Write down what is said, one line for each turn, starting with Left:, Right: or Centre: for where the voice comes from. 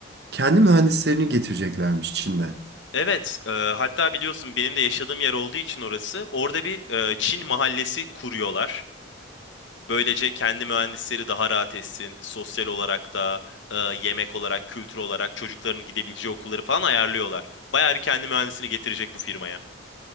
Right: Kendi mühendislerini getireceklermiş Çin'den.
Left: Evet, e, hatta biliyorsun benim de yaşadığım yer olduğu için orası. Orada bir e, Çin mahallesi kuruyorlar. Böylece kendi mühendisleri daha rahat etsin. Sosyal olarak da, e, yemek olarak, kültür olarak çocukların gidebileceği okulları falan ayarlıyorlar. Bayağı bir kendi mühendisini getirecek bu firmaya.